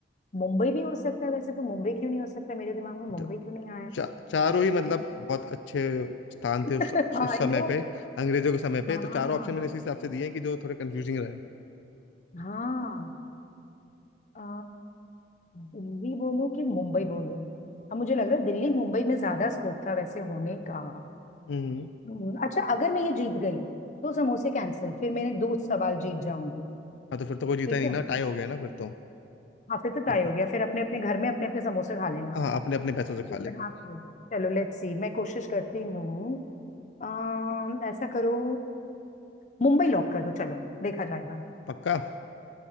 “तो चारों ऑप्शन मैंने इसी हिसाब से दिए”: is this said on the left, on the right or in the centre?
Left